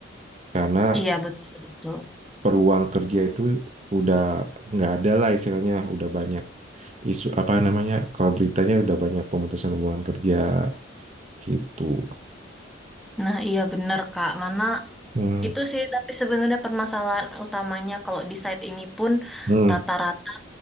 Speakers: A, on the right (about 35°); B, in the centre.
A: Karena
B: Iya betul betul.
A: peluang kerja itu udah nggak ada lah istilahnya, udah banyak isu apa namanya? Kalau beritanya udah banyak pemutusan hubungan kerja gitu.
B: Nah, iya bener Kak. Mana
A: Hmm,
B: itu sih tapi sebenarnya permasalahan utamanya kalau di site ini pun
A: hmm,
B: rata-rata